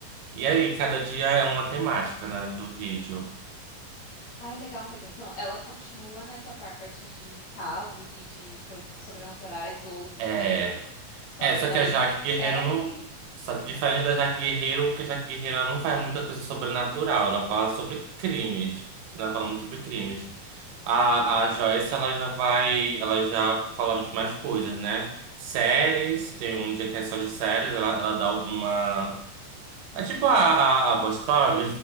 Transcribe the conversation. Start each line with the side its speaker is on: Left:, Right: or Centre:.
Right: E aí, cada dia é uma temática, né, do vídeo.
Left: Ai, legal, mas então ela continua nessa parte de casos e de coisas sobrenaturais ou mistério.
Right: É.
Left: Só
Right: É,
Left: que
Right: só
Left: daí
Right: que a Jaque
Left: série.
Right: Guerreiro não. Só que diferente da Jaque Guerreiro, porque a Jaque Guerreiro ela não faz muita coisa sobrenatural, ela fala sobre
Left: Uhum,
Right: crimes. né, Ela fala muito sobre crimes. A, a Joyce, ela já vai, ela já falava de mais coisas, né? Séries,
Left: uhum.
Right: tem um dia que é só de séries, ela, ela dá alguma. É tipo a, a, a Boscov,